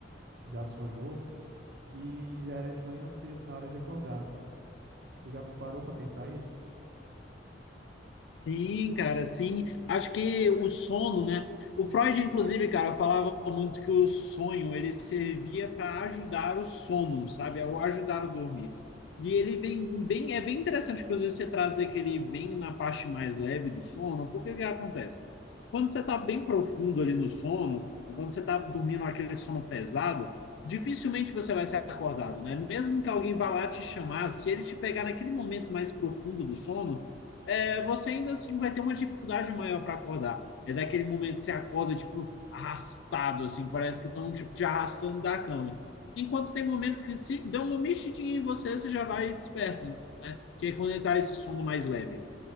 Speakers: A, on the right; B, on the left.
A: já sonhou e já era de manhã cedo, na hora de acordar. Você já parou pra pensar isso?
B: Sim, cara, sim. Acho que o sono, né? O Freud, inclusive, cara, falava muito que o sonho ele servia para ajudar o sono, sabe? Ou ajudar o dormir. E ele vem bem, é bem interessante, inclusive, você trazer que ele vem na parte mais leve do sono, porque o que acontece? Quando você está bem profundo ali no sono, quando você está dormindo aquele sono pesado, dificilmente você vai ser acordado, né? Mesmo que alguém vá lá te chamar, se ele te pegar naquele momento mais profundo do sono é, você ainda assim vai ter uma dificuldade maior para acordar. É daquele momento que você acorda, tipo, arrastado, assim, parece que estão, tipo, te arrastando da cama. Enquanto tem momentos que se dão uma mexidinha em você, você já vai despertando, que é quando ele tá esse sono mais leve.